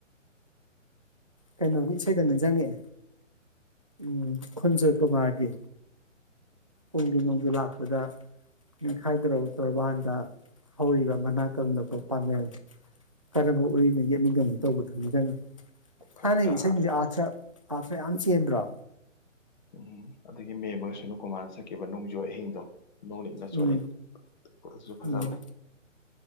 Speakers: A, on the right; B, on the left.
A: ꯀꯩꯅꯣꯒꯤ ꯏꯁꯩꯗꯣ ꯅꯤꯖꯤꯡꯉꯛꯑꯦ ꯎꯝ ꯈꯨꯟꯖꯣꯏ ꯀꯨꯃꯥꯔꯒꯤ ꯀꯨꯝꯒꯤ ꯅꯣꯡꯒꯤꯨ ꯂꯥꯛꯄꯗ ꯅꯤꯡꯈꯥꯏꯗꯣꯔꯕ ꯇꯧꯔꯕꯟꯗ ꯍꯧꯔꯤꯕ ꯃꯅꯥ ꯀꯪꯅꯕ ꯄꯥꯃꯦꯟ ꯀꯔꯝꯕ ꯎꯔꯤꯅ ꯌꯦꯠꯅꯤꯡꯒꯅꯤ ꯇꯧꯕꯗꯨꯅꯤ ꯅꯤꯡꯖꯪꯉꯦ꯫
B: ꯈꯛꯇ
A: ꯊꯥꯏꯅ ꯏꯁꯩ <unintelligible> ꯑꯔꯊ ꯑꯊ꯭ꯔ ꯌꯥꯝ ꯆ°ꯟꯗꯣꯔ
B: ꯎꯝ ꯑꯗꯨꯗꯒꯤ ꯃꯦꯝꯃ ꯁꯅꯨꯀꯨꯃꯅ ꯁꯛꯈꯤꯕ ꯅꯣꯡꯖꯨ ꯑꯍꯤꯡꯗꯣ꯫ ꯅꯣꯡꯂꯤꯛꯅ ꯆꯣꯠꯂꯤ
A: ꯎꯝ
B: ꯑꯗꯨꯁꯨ ꯐꯖꯕꯅꯤ
A: ꯎꯝ